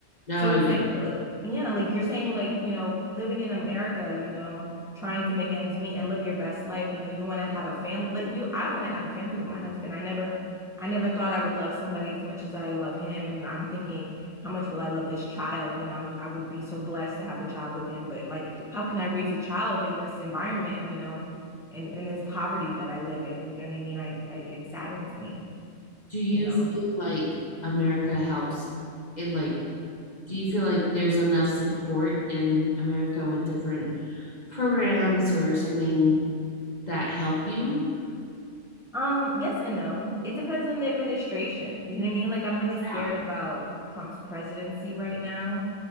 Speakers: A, on the left; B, in the centre.
A: No,
B: So it's
A: yeah.
B: like uh, like yeah, like you're saying like, you know, living in America, you know, trying to make ends meet and live your best life, you know, you want to have a family. Like we I want to have a family with my husband. I never I never thought I would love somebody as much as I love him and I'm thinking how much will I love this child? You know, I'm I would be so blessed to have a child with him, but like how can I raise a child in this environment, you know, in in this poverty that I live in? You know what I mean? I, I it saddens me
A: Do you
B: you know.
A: feel like America helps in like do you feel like there's enough support in America with different programs or something that help you?
B: Um, yes and no. It depends on the administration. You know what I mean? Like I'm really scared
A: Yeah.
B: about Trump's presidency right now.